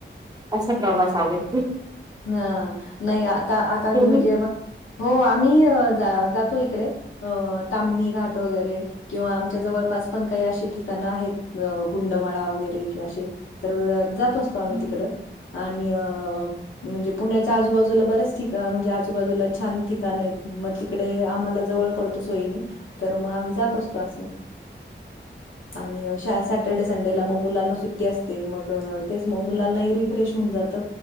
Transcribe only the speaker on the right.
असा प्रवास आवडतो
तुम्ही
हम्म.